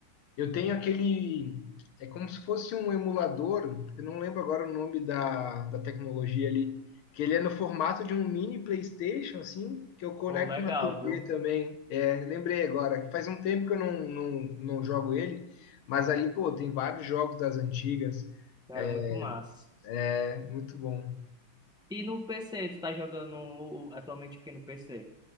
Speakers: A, on the left; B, in the centre.
A: Eu tenho aquele. É como se fosse um emulador, eu não lembro agora o nome da, da tecnologia ali, que ele é no formato de um mini PlayStation, assim, que eu conecto
B: Pô, legal,
A: na TV
B: viu?
A: também. É, lembrei agora, que faz um tempo que eu não, não, não jogo ele, mas ali, pô, tem vários jogos das antigas,
B: Cara,
A: é
B: muito massa.
A: é muito bom.
B: E no PC, tu tá jogando atualmente o que no PC?